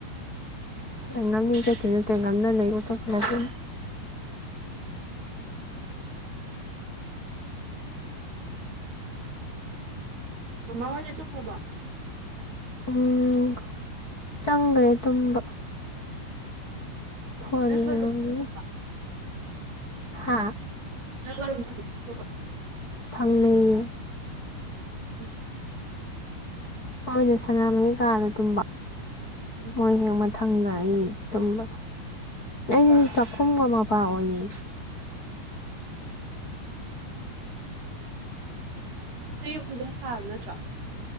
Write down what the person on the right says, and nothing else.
ꯃꯃꯥ ꯍꯣꯏꯗꯤ ꯇꯨꯝꯒꯔꯕꯣ
ꯅꯪꯒ
ꯔꯨꯕꯤꯅꯥꯒ
ꯅꯪꯒ ꯔꯨꯝ ꯊꯪꯅꯗ꯭ꯔꯣꯕ꯫
ꯎꯝ
ꯎꯝ
<unintelligible> ꯅꯣꯏ ꯌꯨꯝ ꯐꯖꯅ ꯁꯥꯔꯕ ꯅꯠꯇ꯭ꯔꯣ